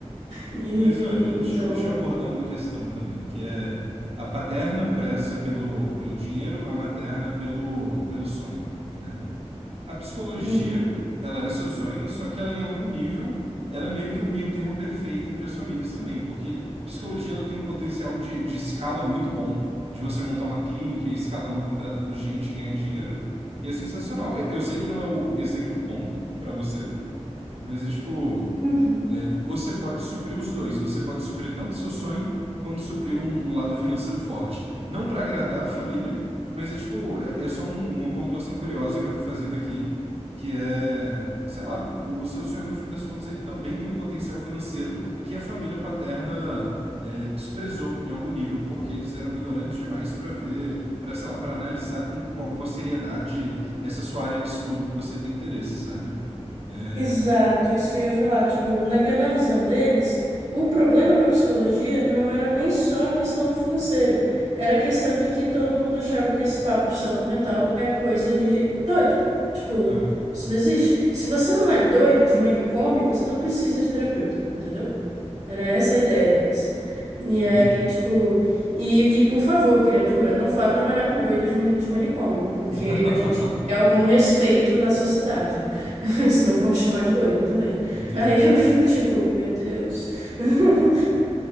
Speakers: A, on the right; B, on the right.
A: E
B: Mas olha, deixa
A: então.
B: eu, deixa eu abordar uma questão também, que é a paterna preza pelo, pelo dinheiro, a materna pelo, pelo sonho, né? A psicologia,
A: uhum,
B: ela é seu sonho, só que ela em algum nível, ela é meio que o meio termo perfeito entre as famílias também, porque psicologia ela tem um potencial de, de escala muito bom, de você montar uma clínica e escalando, contratando gente, ganhar dinheiro, e é sensacional. Eu, eu sei que não é o, esse aqui o ponto para você, mas é tipo
A: uhum.
B: é, você pode suprir os dois. Você pode suprir tanto o seu sonho quanto suprir um, um lado financeiro forte. Não para agradar a família, mas é tipo, é, é só um- uma pontuação curiosa que eu tô fazendo aqui, que é, sei lá, o o seu sonho no fim das contas ele também tem um potencial financeiro que a família paterna é, desprezou em algum nível, porque eles eram ignorantes demais para ver, para sei lá, para analisar com, com alguma seriedade essa sua área de estudo que você tem interesse, sabe? É...
A: Exato, isso que eu ia falar. Tipo, na, ca- na visão deles, o problema com a psicologia não era nem só a questão do financeiro, era a questão de que todo mundo achava que esse papo de saúde mental é coisa de doido. Tipo,
B: aham,
A: isso não existe. Se você não é doido de manicômio, você não precisa de terapeuta, entendeu? Era essa a ideia deles. E aí,
B: Entendi.
A: tipo, e, e por favor, criatura, não vá trabalhar com doidos de mani- de manicômio, porque
B: <laughs>
A: a gente quer algum respeito na sociedade. <laughs> Senão vão te chamar de doida também.
B: Entendi.
A: Aí eu fico tipo, meu Deus. <laughs>